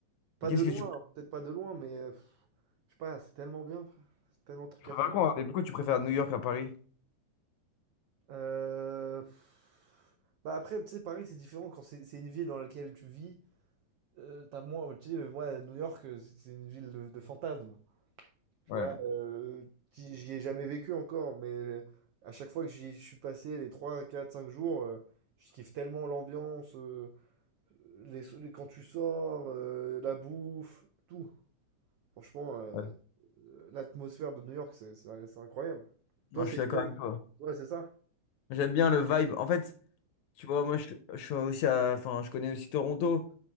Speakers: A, on the right; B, on the left.
A: Pas
B: Et qu'est-ce
A: de loin,
B: que tu
A: peut-être pas de loin, mais euh, pff, je sais pas, c'est tellement bien, frère. C'est tellement de trucs
B: préfères
A: à faire.
B: à quoi? Mais pourquoi tu préfères New York à Paris?
A: Euh, pff, Bah après, tu sais, Paris c'est différent quand c'est c'est une ville dans laquelle tu vis. euh, t'as moins, tu sais, moi New York euh, c'est c'est une ville de, de fantasmes. Tu
B: Ouais.
A: vois, euh, j'y j'y ai jamais vécu encore, mais euh, à chaque fois que j'y je suis passé les 3 4 5 jours, euh, je kiffe tellement l'ambiance, euh, les, so-, les- quand tu sors, euh, la bouffe, tout. Franchement, euh,
B: ouais.
A: l'atmosphère de New York, c'est c'est- c'est incroyable. Toi,
B: Non,
A: c'est
B: je suis d'accord
A: toi,
B: avec toi.
A: toi, c'est ça?
B: J'aime bien le vibe. En fait, tu vois, moi, je, je suis aussi à... Enfin, je connais aussi Toronto.